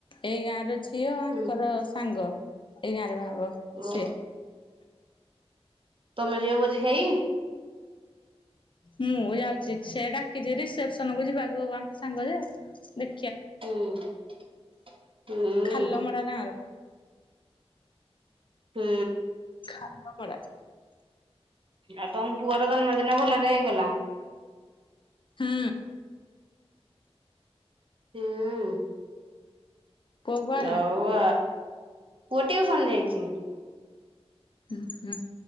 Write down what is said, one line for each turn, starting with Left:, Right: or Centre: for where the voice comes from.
Left: ଏଇ ଗାଁର ଝିଅ ଆଙ୍କର
Right: ହୁଁ
Left: ସାଙ୍ଗ। ଏଇ ଗାଁ ରେ ବାହାହୋ ହ
Right: ଓ
Left: ସିଏ
Right: ତମେ ଯିବ ଭୋଜି ଖାଇ?
Left: ମୁଁ ଯାଉଛି ସେ ଡାକିଛି ରିସେପସନ କୁ ଯିବାକୁ ଆଙ୍କ ସାଙ୍ଗ ଯେ ଦେ
Right: ହୁଁ। ହୁଁ
Left: ଖାଲମଡ଼ା ଗାଁର
Right: ହୁଁ।
Left: ଖାଲପଡ଼ା।
Right: ଆଉ ତମ ପୁଅର ଜନ୍ମଦିନ ଭଲରେ ହେଇଗଲା?
Left: ହୁଁ।
Right: ହୁଁ।
Left: ପୁଅ କୁ ଆଲା
Right: ଆଉ ପୁଅ ଟିଉସନ ଯାଇଚି।
Left: ହୁଁ ହୁଁ।